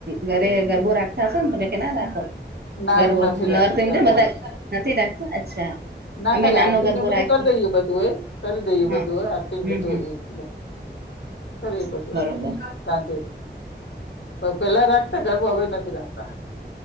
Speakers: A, on the right; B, on the left.
A: ઘરે ગરબો રાખતા હશો ને તમે કે ના રાખો
B: ના
A: ગરબો
B: હું નથી
A: નમ
B: રાખતી ગરબો
A: બધા નથી રાખતા અચ્છા
B: ના
A: અમે
B: ખાલી
A: નાનો
B: આરતી
A: ગરબો
B: ને બધું
A: રાખીએ
B: કરી દઈએ, બધુ એ કરી દઈએ
A: હા
B: બધું હો આરતી
A: હમ
B: બધું
A: હમ
B: એટ
A: <inaudible>
B: કરી એ બધું
A: બરોબર
B: સાંજે પેલા રાખતા ગરબું હવે, નથી રાખતા.